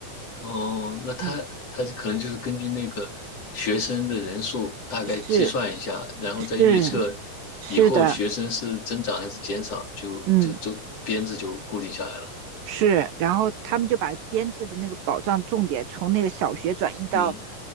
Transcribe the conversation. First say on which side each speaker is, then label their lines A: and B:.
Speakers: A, on the left; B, on the right.
A: 哦，那他他可能就是根据那个学生的人数大概计算一下，
B: 嗯。是
A: 然后再预测以后学生是增长还是减少，
B: 是是的，
A: 就这个周编制就固定下来了。
B: 嗯是，然后他们就把编制的那个保障重点从那个小学转移到
A: 嗯